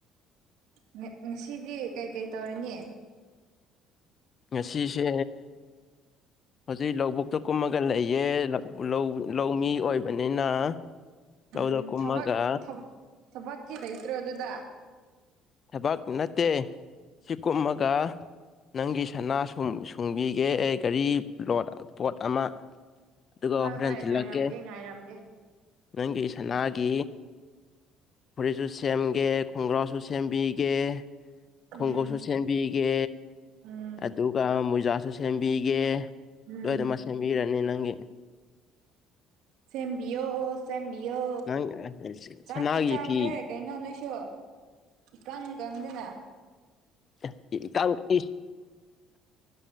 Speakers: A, on the right; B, on the left.
A: ꯉ ꯉꯁꯤꯗꯤ ꯀꯩꯀꯩ ꯇꯧꯔꯅꯤ
B: ꯉꯁꯤꯁꯦ ꯍꯧꯖꯤꯛ ꯂꯧꯕꯨꯛꯇ ꯀꯨꯝꯃꯒ ꯂꯩꯌꯦ ꯂꯧ ꯂꯧ ꯂꯧꯃꯤ ꯑꯣꯏꯕꯅꯤꯅ ꯂꯧꯗ
A: ꯎꯝ
B: ꯀꯨꯝꯃꯒ
A: ꯊꯕꯛ ꯊꯝ ꯊꯕꯛꯇꯤ ꯂꯩꯇ꯭ꯔꯣ ꯑꯗꯨꯗ
B: ꯊꯕꯛ ꯅꯠꯇꯦ ꯁꯤ ꯀꯨꯝꯃꯒ ꯅꯪꯒꯤ ꯁꯅꯥ ꯁꯨꯝ ꯁꯨꯡꯕꯤꯒꯦ ꯒꯥꯔꯤ ꯂꯣꯠ ꯄꯣꯠ ꯑꯃꯥ ꯑꯗꯨꯒ
A: ꯍꯣꯏ
B: ꯍꯣꯔꯦꯟ
A: ꯍꯣꯏ
B: ꯊꯤꯂꯛꯀꯦ
A: ꯉꯥꯏꯔꯝꯒꯦ ꯉꯥꯏꯔꯝꯒꯦ
B: ꯅꯪꯒꯤ ꯁꯅꯥꯒꯤ ꯐꯨꯔꯤꯠꯖꯨ ꯁꯦꯝꯒꯦ ꯈꯣꯡꯒ꯭ꯔꯥꯎꯁꯨ ꯁꯦꯝꯕꯤꯒꯦ
A: ꯎꯝ
B: ꯈꯣꯡꯎꯞꯁꯨ ꯁꯦꯝꯕꯤꯒꯦ
A: ꯎꯝ
B: ꯑꯗꯨꯒ ꯃꯣꯏꯖꯥꯁꯨ ꯁꯦꯝꯕꯤꯒꯦ
A: ꯎꯝ
B: ꯂꯣꯏꯅꯃꯛ ꯁꯦꯝꯕꯤꯔꯅꯤ ꯅꯪꯒꯤ
A: ꯁꯦꯝꯕꯤꯌꯣ ꯁꯦꯝꯕꯤꯌꯣ
B: ꯅꯪ
A: ꯆꯥꯛꯇꯤ
B: ꯁꯅꯥꯒꯤ
A: ꯆꯥꯎꯍꯦ
B: ꯐꯤ
A: ꯀꯩꯅꯣ ꯅꯣꯏꯁꯨ ꯏꯀꯪ ꯀꯪꯗꯅ
B: ꯑ ꯏꯀꯪ ꯏ